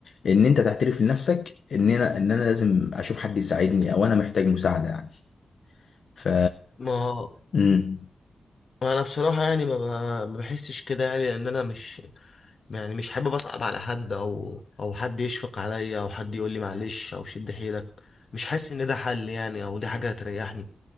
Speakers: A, on the left; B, on the left.
A: ان انت تعترف لنفسك ان انا ان انا لازم اشوف حد يساعدني او انا محتاج مساعده يعني ف
B: ما
A: امم
B: ما انا بصراحه يعني ما ب- ما بحسش كده يعني لان انا مش يعني مش حابب اصعب على حد او او حد يشفق عليا او حد يقول لي معلش او شد حيلك مش حاسس ان ده حل يعني او دي حاجه هتريحني